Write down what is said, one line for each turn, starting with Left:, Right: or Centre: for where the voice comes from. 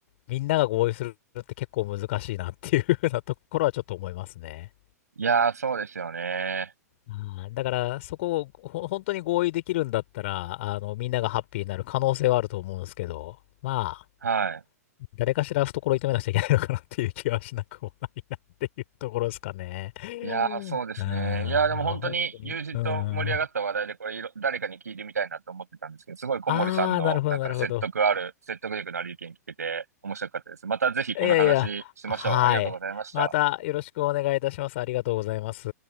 Left: みんなが合意するって結構難しいなっていうふうなところはちょっと思いますね。
Right: いやー、そうですよね。
Left: あーだから、そこをほ本当に合意できるんだったら、あの、みんながハッピーになる可能性はあると思うんですけど、まあ、
Right: はい。
Left: 誰かしら懐を痛めなくちゃいけないのかなっていう気はしなくもないなっていうところですかね。う
Right: いやー、そうですね。
Left: ん。あー本当に。
Right: いやー、でも本当に友人と盛り上がった話題で、
Left: うん。
Right: これいろ、誰かに聞いてみたいなと思ってたんですけど、すごい小森さんの、
Left: ああ、なるほど、
Right: なんか説得ある、
Left: なるほど。
Right: 説得力のある意見聞けて面白かったです。またぜひこの話しましょう。
Left: いやいや、はい。
Right: ありがとうございました。
Left: またよろしくお願いいたします。ありがとうございます。